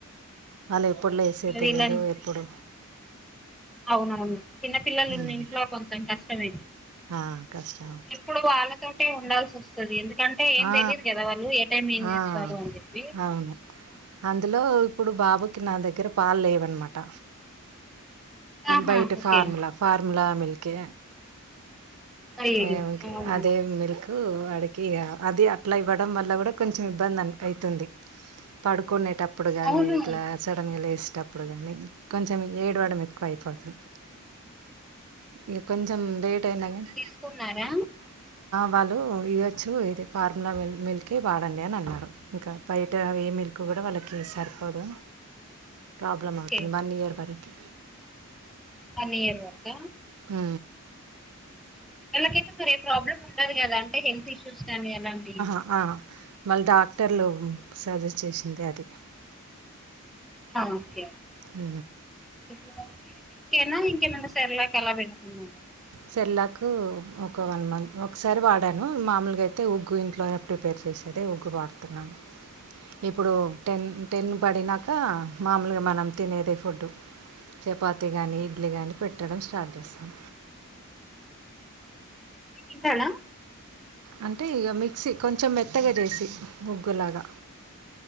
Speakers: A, on the right (about 80°); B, in the centre.
A: వాళ్ళ, ఎప్పుడు, లేసేది. తెల్వదు.
B: వీళ్ళని
A: ఎప్పుడు
B: అవునవును, చిన్నపిల్లలున్న,
A: ఉమ్.
B: ఇంట్లో, కొంచెం, కష్టమే,
A: ఆ, కష్టం
B: ఎప్పుడు, వాళ్ళ తోటే, ఉండాల్సివస్తుంది. ఎందుకంటే, ఏం,
A: ఆ
B: తెలియదు. కదా, వాళ్ళు ఏంటైంలో ఏం
A: ఆ
B: చేస్తారు. అని, చెప్పి
A: అవును అందులో, ఇప్పుడు, బాబుకి, నా, దగ్గరపాలు, లేవన్నమాట,
B: ఆహా
A: బయట,
B: ఓకే
A: ఫార్ముల, ఫార్ముూలా, మిల్క్ <unintelligible>
B: అయ్యయ్యో అవునా
A: అదే మిల్క్, వాడికి, అదిఅట్లా, ఇవ్వడం, వల్ల, కూడా, కొంచెం ఇబ్బంది. అవుతుంది, పడుకునేటప్పుడు, గాని,
B: అవును
A: ఇట్లా, సడన్గా, లేసేటప్పుడు, కానీ, కొంచెం, ఏడువడం, ఎక్కువ అయిపోతుంది. ఇక, కొంచెం, లేట్, అయినా, కానీ
B: కు, ఉన్నారా,
A: వాళ్ళు, ఇయ్వచ్చు, ఇది, ఫార్ములామిల్క, వాడండి. అనిఅన్నారు. ఇంకా, బయట, అ, ఏమిల్క్, కూడావాళ్ళకి, సరిపోదు, ప్రాబ్లమ్,
B: ఓకే
A: అవుతుంది. వన్ఇయర్, వరకు,
B: వన్ ఇయర్ వరక
A: హ
B: వాళ్ళకైతే, మరి, ఏ ప్రాబ్లమ్, ఉండదు. కదాఅండి. అంటే, హెల్త్ఇష్యూస్, కానీ అలాంటివి,
A: ఆ, వాళ్ళు, డాక్టర్లు, సజెస్ట్, చేసిందే, అది,
B: హ, ఓకే,
A: హ
B: ఇప్పుడు, ఇంతేనా, ఇంకేమన్నా, సెరిలాక్ అలా పెడుతున్నారా
A: సెరిలక్, ఒకవన్, మంత్, ఒకసారి, వాడాను. మామూలుగా, అయితే, ఉగ్గుఇంట్లో, ప్రిపేర్, చేసేది. ఉగ్గు, వాడుతున్నాను. ఇప్పుడు, టెన్, టెన్, పడినాక, మామూలుగా, మనం, తినేది, ఫుడ్డు, చపాతి గానీ ఇడ్లీ గాని పెట్టడం స్టార్ట్ చేస్తాం
B: ఇంటనా
A: అంటే ఇగ మిక్సీ కొంచెం మెత్తగ చేసి ఉగ్గులాగా